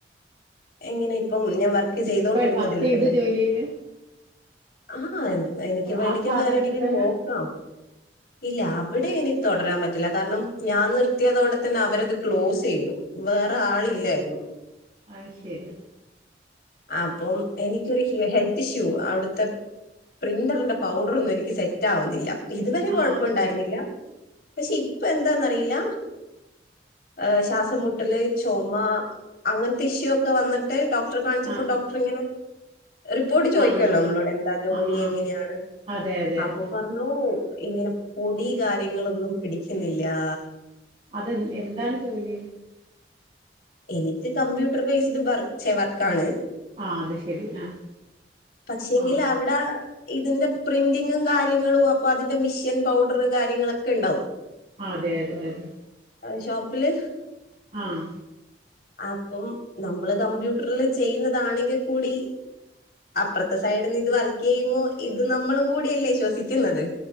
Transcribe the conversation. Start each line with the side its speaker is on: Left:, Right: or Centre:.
Left: എങ്ങനെ ഇപ്പം ഞാൻ വർക്ക് ചെയ്തോണ്ടിരിന്നതിൽതന്നെ
Right: ഇപ്പ വർക്ക് ചെയ്ത ജോലിയില്
Left: ആഹ് എ എനിക്ക് വേണ്ടങ്കി
Right: ആ സ്ഥാപനത്തിൽ
Left: വേറെ എവ്ടേങ്കിലും
Right: തന്നെ
Left: നോക്കാം ഇല്ല അവിടെ എനി തൊടരാൻ പറ്റില്ല കാരണം ഞാൻ നിർത്തിയതോടെ തന്നെ അവരത് ക്ലോസെയ്തു വേറെ ആളില്ലായ്ര്ന്നു
Right: അഹ്ശരി
Left: അപ്പം എനി ക്കൊരു ഹിഹെ ഹെൽത്ത് ഇഷ്യൂ അവിട്ത്തെ പ്രിന്ററിന്റെ പൗഡ്റൊന്നും എനിക്ക് സെറ്റാവുന്നില്ല ഇത് വരെ
Right: ആഹ്
Left: കൊഴപ്പോണ്ടായിരുന്നില്ല
Right: അത് ശരി
Left: പക്ഷെ ഇപ്പ എന്താന്നറിയില്ല ഏ്ഹ് ശാസ് സം മുട്ടല് ചൊമ അങ്ങൻത്തെ ഇഷ്യൂ ഒക്കെ വന്ന്ട്ട് ഡോക്ടറെ കാണിച്ചപ്പം
Right: ആഹ്
Left: ഡോക്ടറിങ്ങനെ
Right: ആഹ്
Left: റിപ്പോർട്ട് ചോയ്ക്കോല്ലോ
Right: ആഹ്
Left: നമ്മളോട് എന്താ ജോലി
Right: ആഹ്
Left: എങ്ങനെയാണ്
Right: അതെ അതെ
Left: അപ്പോ
Right: അതെ
Left: പ ർഞ്ഞൂ ഇങ്ങനെ പൊടീ കാര്യങ്ങളൊന്നും പിടിക്കുന്നില്ലാ
Right: അതെന്ത്‌ എന്താണ് ജോലി
Left: എനിക്ക് കമ്പ്യൂട്ടർ ബേസ്ഡ് വർ ചെ വർക്കാണ്
Right: ആഹ് അത് ശെരി ആഹ്
Left: പക്ഷേങ്കില്
Right: ആ
Left: അവ്ടാ ഇതിന്റെ പ്രിന്റിങ്ങും കാര്യങ്ങളും അപ്പൊ അതിന്റെ മിഷ്യൻ പൗഡറ് കാര്യങ്ങളൊക്കെ ഇണ്ടാവും
Right: ആതെ അതെ അതെ
Left: അഹ് ഷോപ്പില്
Right: ആഹ്
Left: അപ്പം നമ്മള് കമ്പ്യൂട്ടർല് ചെയ്യുന്നതാണെങ്കിൽ കൂടി അപ്പർത്തെ സൈഡിന്ന് ഇത് വർക്കെയ്യുമ്പോ ഇത് നമ്മളും കൂടിയല്ലേ ശ്വസിക്ക്ന്നത്